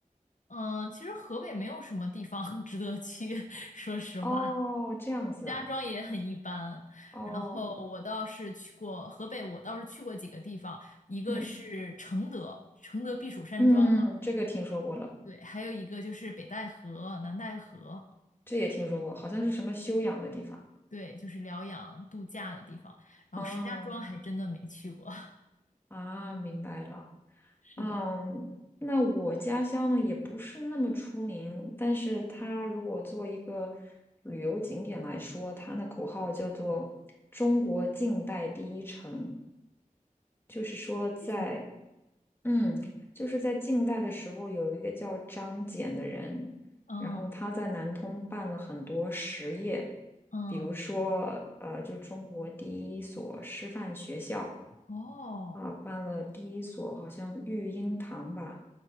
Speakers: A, on the left; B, on the left.
A: 嗯、其实河北没有什么地方 <laughs> 值得去，<laughs> 说实话。
B: 哦，这样子啊。
A: 石家庄也很一般，
B: 哦，
A: 然后我倒是去过河北，我倒是去过几个地方，一个是承德，
B: 嗯
A: 承德避暑山庄嘛，
B: 嗯，这个听说过了，
A: 对，还有一个就是北戴河、南戴河，
B: 这也听说过，好像是什么修养的地方。
A: 对，就是疗养度假的地方。然后石家庄还真的没去过，
B: 嗯
A: <laughs>
B: 啊，明白了。
A: 是的，
B: 嗯，那我家乡呢也不是那么出名，但是它如果做一个旅游景点来说，它的口号叫做“中国近代第一城”，就是说在
A: 为什么？
B: 嗯，就是在近代的时候，有一个叫张謇的人，
A: 嗯
B: 然后他在南通办了很多实业，
A: 嗯，
B: 比如说呃，就中国第一所师范学校
A: 哦，
B: 啊，办了第一所好像育婴堂吧。